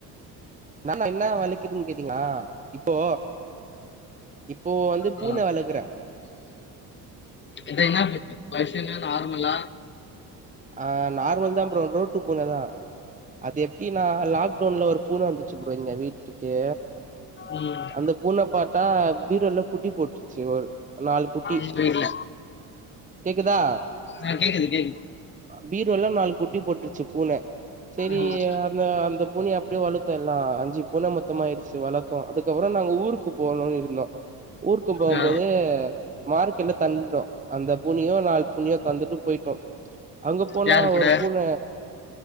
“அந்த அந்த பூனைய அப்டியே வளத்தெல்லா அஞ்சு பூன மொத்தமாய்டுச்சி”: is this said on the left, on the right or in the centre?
Right